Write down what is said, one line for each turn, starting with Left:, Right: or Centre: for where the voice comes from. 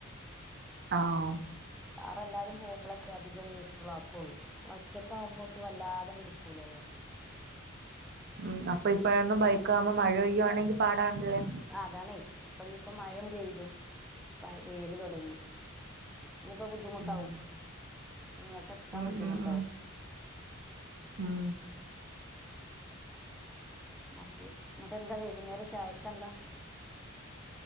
Right: ആഹ്
Centre: കാറ് എല്ലാരും പോകുമ്പോളൊക്കെ അധികം യൂസ്ഫുൾ ആക്കുള്ളൂ, ഒറ്റയ്ക്കാവുമ്പോ ഇപ്പൊ വല്ലാതെ അങ്ങ് എടുക്കൂലല്ലോ.
Right: ഉം അപ്പൊ ഇപ്പോഴൊന്നും ബൈക്ക് ആകുമ്പോ മഴ പെയ്യു ആണെങ്കിൽ പാടാണല്ലേ.
Centre: അതാണേ ഇപ്പൊ ഇനിയിപ്പോ മഴയും പെയ്തു മഴ പെയ്യല് തുടങ്ങി. ഇനിയിപ്പോ ബുദ്ധിമുട്ടാവും.
Right: ഉം
Centre: ഇങ്ങോട്ട് എത്താൻ
Right: ഉം
Centre: ബുദ്ധിമുട്ടാവും.
Right: ഉം ഉം ഉം
Centre: അവരെ അങ്ങോട്ട് എന്താ വൈകുന്നേരം ചായക്ക് എന്താ.